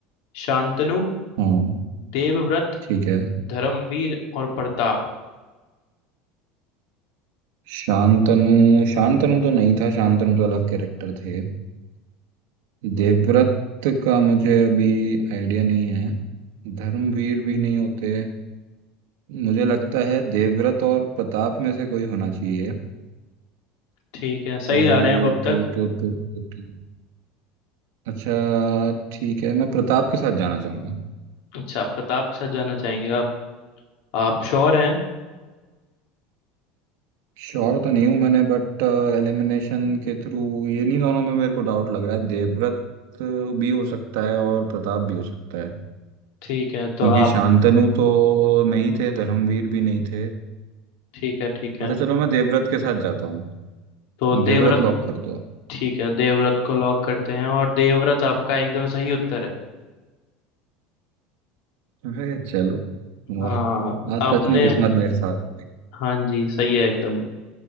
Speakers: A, on the left; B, on the right.
A: शांतनु
B: हाँ
A: देवव्रत
B: ठीक है
A: धर्मवीर और प्रताप
B: शांतनु शांतनु तो नहीं था शांतनु तो अलग कैरेक्टर थे देवव्रत का मुझे अभी आइडिया नहीं है धर्मवीर भी नहीं होते मुझे लगता है देवव्रत और प्रताप में से कोई होना चाहिए
A: ठीक है सही
B: तो
A: जा रहे हैं अब अब तक
B: तो तो तो, तो, तो अच्छा ठीक है मैं प्रताप के साथ जाना चाहूंगा
A: अच्छा प्रताप के साथ जाना चाहेंगे आप आप श्योर हैं
B: श्योर तो नहीं हूं मैंने बट एलिमिनेशन के थ्रू ये नहीं दोनों में मेरे को डाउट लग रहा है देवव्रत भी हो सकता है और प्रताप भी हो सकता है
A: ठीक है तो
B: क्योंकि
A: आप
B: शांतनु तो नहीं थे धर्मवीर भी नहीं थे
A: ठीक है ठीक है
B: अच्छा चलो मैं देवव्रत के साथ जाता हूँ
A: तो देवव्रत
B: देवव्रत लॉक कर दो आप
A: ठीक है देवव्रत को लॉक करते हैं और देवव्रत आपका एकदम सही उत्तर है
B: अरे चलो वाह
A: हाँ
B: आज
A: आपने
B: सच में किस्मत मेरे साथ हो गई
A: हाँ जी सही है एकदम